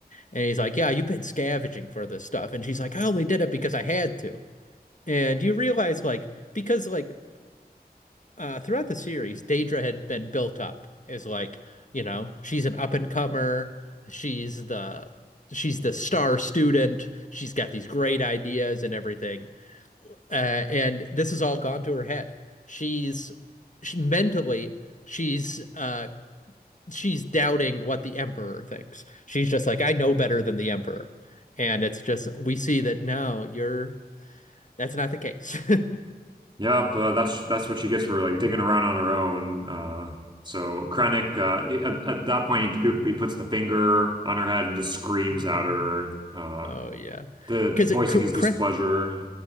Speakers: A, on the left (about 50°); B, on the right (about 30°).
A: And he's like, Yeah, you've been scavenging for this stuff. And she's like, I only did it because I had to. And you realize, like, because, like, uh, throughout the series, Daedra had been built up as, like, you know, she's an up and comer. She's the. She's the star student. She's got these great ideas and everything. Uh, and this has all gone to her head. She's she mentally she's uh she's doubting what the emperor thinks. She's just like, I know better than the emperor. And it's just, we see that no, you're, that's not the case. <laughs>
B: Yep, uh, that's that's what she gets for like digging around on her own. Uh, so Krennic, uh, at, at that point, he, he puts the finger on her head and just screams
A: Mhm.
B: at her, uh,
A: Oh, yeah.
B: the
A: Because
B: voicing
A: Krennic,
B: his displeasure.